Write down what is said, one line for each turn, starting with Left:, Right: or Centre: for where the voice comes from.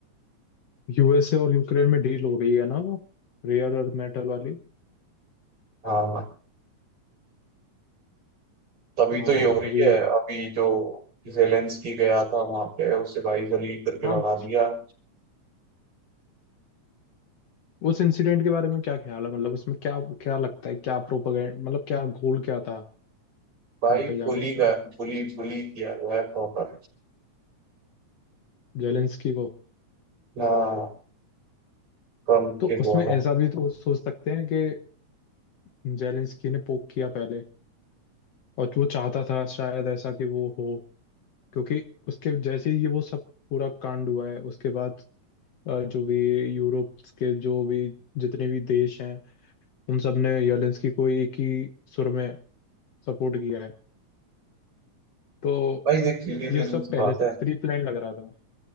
Left: यूएसए और यूक्रेन में डील हो गई है ना वो रेयर अर्थ मेटल वाली
Right: हो। हाँ तभी
Left: हाँ
Right: तो ये
Left: हाँ
Right: हो रही
Left: तभी
Right: है अभी जो जेलेंस्की गया था वहां पे उसे भाई जलील करके
Left: हाँ
Right: लगा दिया
Left: उस इंसिडेंट के बारे में क्या ख्याल है मतलब उसमें क्या क्या लगता है क्या प्रोपेगेंड मतलब क्या गोल क्या था
Right: भाई
Left: वहां पे जाने
Right: फुली
Left: का
Right: का फुली बुली किया गया है प्रॉपर
Left: जेलेंस्की को
Right: हाँ ट्रम्प
Left: तो
Right: के द्वारा
Left: उसमें ऐसा भी तो सोच सकते हैं कि जेलेंस्की ने पोक किया पहले और वो चाहता था शायद ऐसा कि वो हो क्योंकि उसके जैसे ही ये वो सब पूरा कांड हुआ है उसके बाद अ, जो भी यूरोप के जो भी जितने भी देश हैं उन सब ने जेलेंस्की को एक ही सुर में सपोर्ट किया है तो
Right: भाई देख सीधी
Left: ये सब
Right: सी
Left: पहले
Right: बात
Left: से
Right: है
Left: प्री प्लान लग रहा था